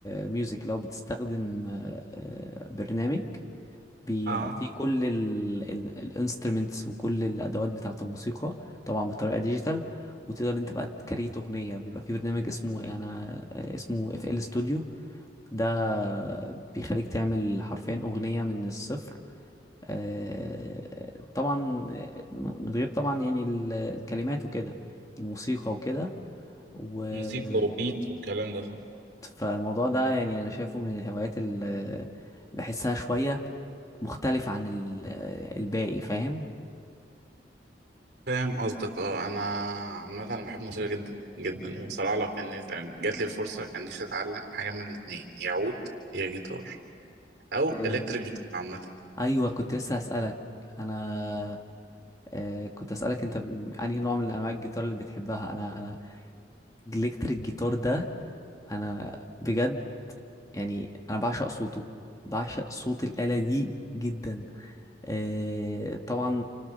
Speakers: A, on the left; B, on the right.
A: ميوزك لو بتستخدم آه آه، برنامج بيبقى
B: اه
A: فيه كل الانسترومنتس وكل الادوات بتاعة الموسيقى طبعا بطريقة ديجيتال وتقدر انت بقى تكريت اغنية بيبقى فيه برنامج اسمه انا آه، اسمه اف ال ستوديو ده بيخليك تعمل حرفيا اغنية من الصفر آه، طبعا آه، من غير طبعا يعني ال- الكلمات وكده الموسيقى وكده وبالظبط
B: موسيقى وبيت والكلام ده
A: فالموضوع ده يعني انا شايفه من الهوايات اللي بحسها شوية مختلفة عن ال- الباقي فاهم
B: فاهم قصدك اه انا عامه انا بحب الموسيقى جدا جدا بصراحه لو كان لو جات لي الفرصه كان نفسي اتعلم حاجه من الاثنين يا عود يا جيتار او
A: إيه.
B: الكتريك جيتار عامه
A: ايوه كنت لسه هسألك انا آه، كنت اسألك انت ب- انهي نوع من انواع الجيتار اللي بتحبها انا انا الكتريك جيتار ده انا بجد يعني انا بعشق صوته بعشق صوت الآلة دي جدا آه، طبعا